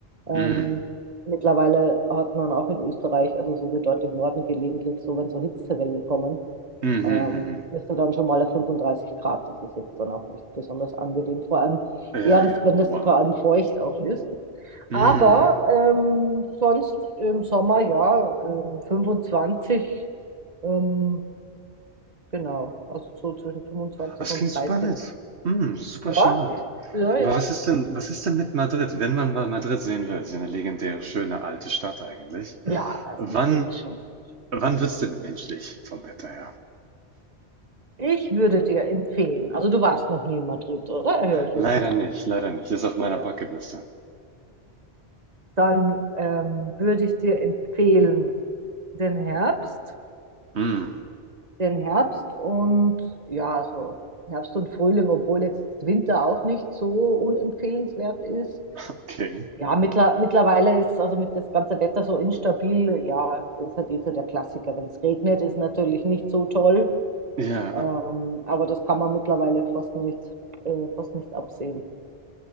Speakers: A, on the right; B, on the right.
A: Ähm,
B: Mhm.
A: mittlerweile hat man auch in Österreich, also so wie dort im Norden gelegentlich, so wenn so Hitzewellen kommen,
B: Mhm, mhm,
A: ähm,
B: mhm.
A: bist du dann schon mal auf 35 Grad. Das ist jetzt dann auch nicht besonders angenehm. Vor allem,
B: Ja,
A: ja, das,
B: ja.
A: wenn das
B: Wow.
A: vor allem feucht auch ist.
B: Mhm.
A: Aber ähm, sonst im Sommer, ja, ähm, 25, ähm, genau, also so zwischen 25
B: Das
A: und
B: klingt super
A: 30.
B: nett. Mhm, super
A: Ja,
B: charmant.
A: ja,
B: Aber
A: ja.
B: was ist denn, was ist denn mit Madrid, wenn man mal Madrid sehen will? Ist ja eine legendäre, schöne alte Stadt eigentlich.
A: Ja, also
B: Wann,
A: Madrid ist schon sehr schön.
B: wann wird's denn menschlich vom Wetter her?
A: Ich würde dir empfehlen, also du warst noch nie in Madrid, oder? Höre ich
B: Leider
A: jetzt.
B: nicht, leider nicht. Ist auf meiner
A: Ja.
B: Bucketliste.
A: Dann ähm, würde ich dir empfehlen, den Herbst,
B: Mhm.
A: den Herbst und ja, also Herbst und Frühling, obwohl jetzt Winter auch nicht so unempfehlenswert ist.
B: Okay.
A: Ja, mittler, mittlerweile ist also mit das ganze Wetter so instabil. Ja, das ist halt eh so der Klassiker. Wenn es regnet, ist natürlich nicht so toll.
B: Ja,
A: Ähm, aber das kann man mittlerweile fast nicht, äh, fast nicht absehen.